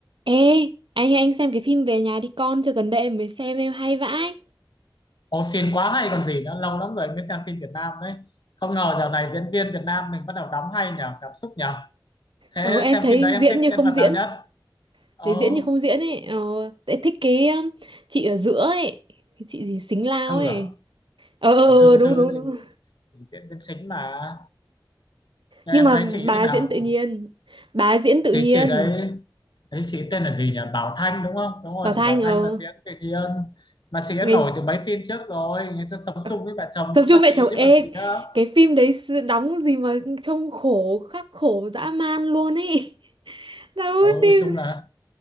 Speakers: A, on the right; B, on the left.
A: Ê, anh anh xem cái phim Về nhà đi con chưa gần đây em mới xem em hay vãi.
B: Ồ, phim quá hay còn gì nữa, lâu lắm rồi mới xem phim Việt Nam đấy. Không ngờ dạo này diễn viên Việt Nam mình bắt đầu đóng hay nhở, cảm xúc nhở. Thế
A: Ờ em
B: xem
A: thấy
B: phim đấy em
A: diễn
B: thích
A: như
B: nhân
A: không
B: vật
A: diễn,
B: nào nhất? Ồ,
A: thấy diễn như không diễn ấy. Ờ em thích cái um, chị ở giữa ấy, cái chị gì Xính Lao
B: Thư
A: ấy.
B: à?
A: Ờ ờ,
B: à Thư,
A: ờ, đúng
B: Thư
A: đúng đúng.
B: thì, thì diễn viên chính mà. Nhưng
A: Nhưng
B: em
A: mà
B: thấy chị
A: bà
B: thế nào?
A: diễn tự nhiên. Bà diễn tự
B: Thì
A: nhiên.
B: chị đấy, thấy chị tên là gì nhỉ? Bảo Thanh đúng không? Đúng rồi,
A: Bảo Thanh
B: chị Bảo
A: ờ
B: Thanh là diễn tự nhiên. Mà chị
A: ngày
B: đã nổi từ mấy phim trước rồi, người ta sống
A: ờ,
B: chung với mẹ chồng
A: tập
B: cũng
A: trung
B: là
A: mẹ
B: chị
A: chồng
B: chứ
A: ê
B: còn gì nữa.
A: cái phim đấy s- đóng gì mà trông khổ khắc khổ dã man luôn ấy. <laughs> Đâu
B: Ừ,
A: phim
B: chung là